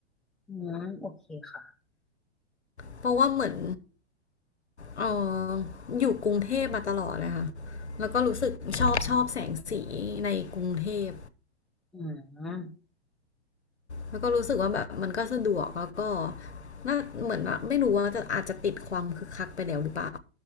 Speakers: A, in the centre; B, on the left.
A: อืมโอเคค่ะ
B: เพราะว่าเหมือนเอออยู่กรุงเทพมาตลอดเลยค่ะแล้วก็รู้สึกชอบชอบแสงสีในกรุงเทพ
A: อืม
B: แล้วก็รู้สึกว่าแบบมันก็สะดวกแล้วก็น่าเหมือนว่าไม่รู้ว่าจะอาจจะติดความคึกคักไปแล้วหรือเปล่า